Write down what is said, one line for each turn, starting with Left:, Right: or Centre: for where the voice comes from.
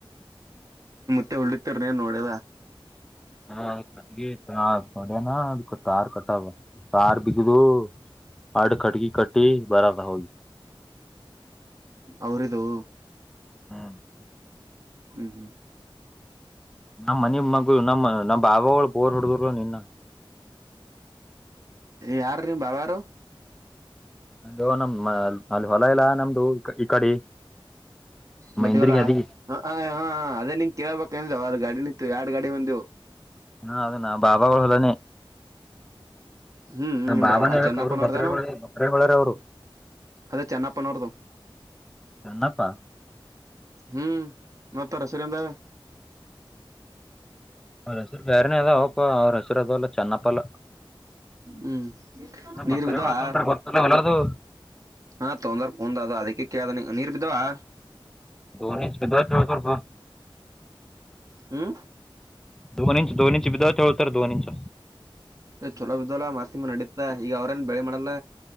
Right: ಎಳಿ ತಿರ್ನೇ ನೋಡದ
Centre: ಹಾ ಹಾಗ ಹಾ ಸಡನಾಕ್ಕೆ ತಾರ ಕಟ್ಟಾವ ತಾರ ಬಿಗುದು ಹಡ್ ಕಟಗಿ ಕಟ್ಟಿ ಬರ ರಹುಲ್
Right: ಅವ್ರವು
Centre: ಹ್ಮ
Right: ಹ್ಮ್ ಹ್ಮ್
Centre: ನಾ್ ಮನ ಮಗು ನಮ್ಮ ನಮ್ಮ ಬಾಬಾಗಳ ಬೋರ್ ಹುಡಿದರು ನಿನ್ನ
Right: ಯಾರ ರೀ ಬಬಾರು
Centre: ಅಲ್ಲೋ ನಮ್ ಅಲ್ಲಿ ಹೊಲ ಇಲ್ಲಾ ನಮ್ದು ಈ ಕಡೆ
Right: ಬಡ್ಡಿವಲ್ಲಾ
Centre: ಮೈಂದ್ರಗಿ ಅದಿ
Right: ಹ ಅದೇ ನಿನ್ ಕೇಳ್ಬೇಕ ಗಾಡಿಿನ ಎರಡು ಗಾಡಿ ಬಂದವು
Centre: ಹಾ ಅದನ್ನ ಬಾಬಾಗಳ ಹೊಲನೆ
Right: ಹ್ಮ್
Centre: ನಮ
Right: ನಿಮ್
Centre: ಬಾಬಾನ
Right: ಬಾಬಾ ಆ
Centre: ಹೇಳ್
Right: ಚೆನ್ನಪ್ಪನವ್ರದೇನು
Centre: ಅವ್ರು ಬಕ್ರಗಳಳ ಬಕ್ರಗೋಳರ ಅವ್ರು
Right: ಅದೇ ಚೆನ್ನಪ್ಪನೋರ್ತ
Centre: ಚ್ಣಪ್ಪ
Right: ಹ್ಮ್ ಮಾಡತಾರ ಸರಿ ಅಂದ
Centre: ಅವ್ರ ಹಸರು ಬೇರೆನೇ ಅದಾವಪ್ಪ ಅವ್ರ ಹಸರು ಅದಲ್ಲ ಚೆನ್ನಪ್ಪಲ್ಲ
Right: ಹ್ಮ್ ನೀರು
Centre: ಬಕ್ರಗಳ
Right: ವಿಧವಾ
Centre: ತೊಂಡ್ರ ಗೊತ್ತಲ್ಲ ಹೊಲ ಅದು
Right: ಹಾ ತೊಂದರ್ ಕುಂದ್ ಅದ ಅದಕ್ಕೆ ಕೇಳದ ನೀರ್ ಬಿದ್ದವಾ
Centre: ದೊನ ಕೊಬೇಕ
Right: ಹ್ಮ
Centre: ದೊನ್ ಇಂಚ ದೊನ್ ಇಂಚ ಬಿಿದ ಚಳತಾರೆ ದೊನ್ ಇಂಚ
Right: ಸ ಚೊಲೋ ಬಿದ್ದಲ್ಲ ಮಾತಿಮ್ಮ ನಡತಾ ಈಗ ಅವ್ರೇನ್ ಬೆಳೆ ಮಾಡಲ್ಲ